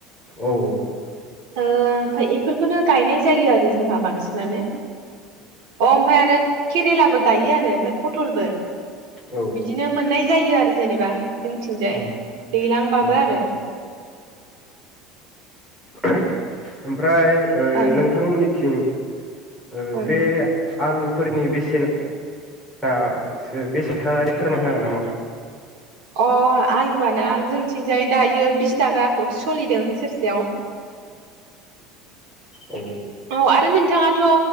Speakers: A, in the centre; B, on the right.
A: औ
B: ओ ओमफाय एफोरखौनो गायनाय जायो आरो जोंहा बांसिनानो अ ओमफाय आरो केरेलाबो गायो आरो ओमफ्राय पटलबो
A: औ
B: बिदिनो मोननाय जायो आरो जेनेबा जोंनिथिंजाय
A: औ
B: दैलांबाबो
A: उम
B: आरो
A: ओमफा फ्राय ओ
B: ओं
A: नोंथांमोननि थिं ओ
B: ओं
A: बे आलुफोरनि बेसेन आ सो बेसेथाय फोरमायना होनो हागोन नामा
B: अ आलुआना जोंथिंजाय दायो बिस थाखा सलिदों सेरसेयाव
A: औ
B: औ आरो नोंथाङाथ'